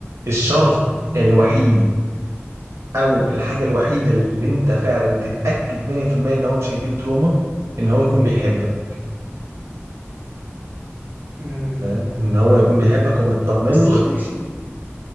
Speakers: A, on the right (about 80°); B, on the right (about 40°).
A: الشرط
B: امم
A: الوحيد او الحاجه الوحيده اللي انت فعلا تتاكد 100% ان هو مش هيجيله تروما ان هو يكون بيحبك
B: امم
A: فاهم ان هو يكون بيحبك ومطمن
B: بس
A: لك
B: ماشي